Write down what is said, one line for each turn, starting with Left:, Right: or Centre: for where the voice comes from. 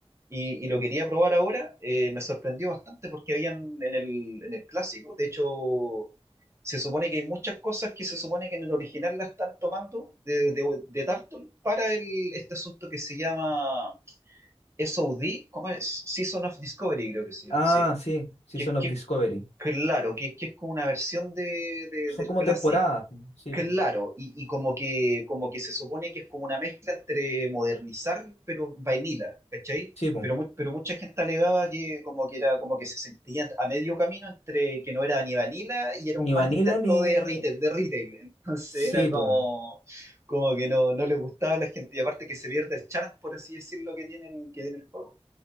Right: y, y lo quería probar ahora, eh, me sorprendió bastante porque habían en el, en el clásico, de hecho, se supone que hay muchas cosas que se supone que en el original la están tomando de, de, de Turtle para el, este asunto que se llama SOD, ¿cómo es? Season of Discovery creo que se llama,
Left: Ah,
Right: sí,
Left: sí, Season
Right: que, es
Left: of
Right: que
Left: Discovery.
Right: es claro, que, que es como una versión de, de-
Left: Son
Right: del
Left: como
Right: Classic
Left: temporadas, pues, sí,
Right: Claro,
Left: pues,
Right: y, y como que, como que se supone que es como una mezcla entre modernizar, pero vainilla, ¿cachai?
Left: sí, pues.
Right: Pero, mu- pero mucha gente alegaba que como que era, como que se sentían a medio camino entre que no era ni vanilla y era
Left: Ni
Right: un mal
Left: Vanilla
Right: intento
Left: ni...
Right: de retail, de retail. Entonces
Left: Sí,
Right: era como,
Left: pues,
Right: como que no, no le gustaba a la gente. Y aparte que se pierde el charm, por así decirlo, que tienen, que tiene el juego.